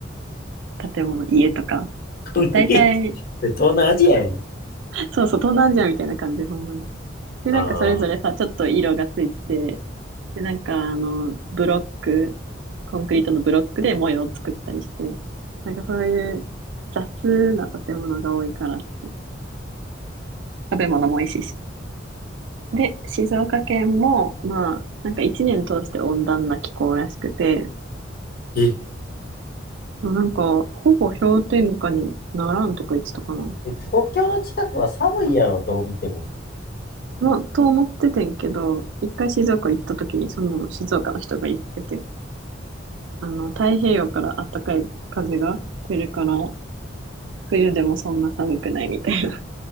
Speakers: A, on the right; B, on the left.
A: 建物、家とか、
B: コンクリート。
A: 大体、
B: 東南アジアやん。
A: そうそう、東南アジアみたいな感じ、ほんまに。で、
B: ああ。
A: なんかそれぞれさ、ちょっと色がついてて、で、なんかあの、ブロック、コンクリートのブロックで模様を作ったりして、なんかそういう雑な建物が多いから好き、食べ物も美味しいし。で、静岡県も、まあ、なんか一年通して温暖な気候らしくて、
B: え、
A: もうなんか、ほぼ氷点下にならんとか言ってたかな。
B: え東京の近くは寒いやろ、どう見ても。
A: まあ、と思っててんけど、一回静岡行った時にその静岡の人が言ってて、あの、太平洋から暖かい風が来るから、冬でもそんな寒くないみたいな。